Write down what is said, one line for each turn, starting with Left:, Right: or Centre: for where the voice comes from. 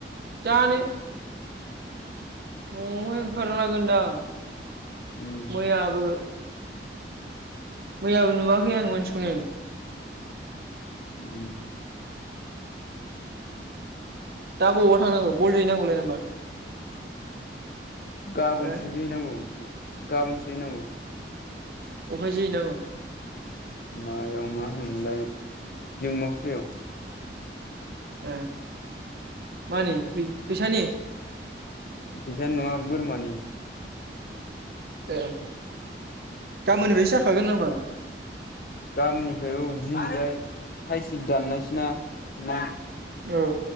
Right: जानो न‌वावहाय ओंखारा लागोन दां
Left: उम
Right: मयाबो मैयाबो नुवाखै आं मासिखौनो
Left: उम
Right: दा बबावबा थांनांगौ बल जैहैनांगौलाय नामा
Left: गाबोनसो
Right: हो
Left: गेले नांगौ। गाबोनसै नांगौ
Right: अफहाय जोहै नांगौ?
Left: मायाव मा होनोमोनलाय दिमाफुयाव
Right: ए मानि फै-फैसानि?
Left: फैसानि नङा बोरमानि
Right: ए गाबोननिफ्रायसो जाखागोन नामा?
Left: गामिनिफ्रायबो दिनिजाय थाइसु दाननायसोना ना?
Right: औ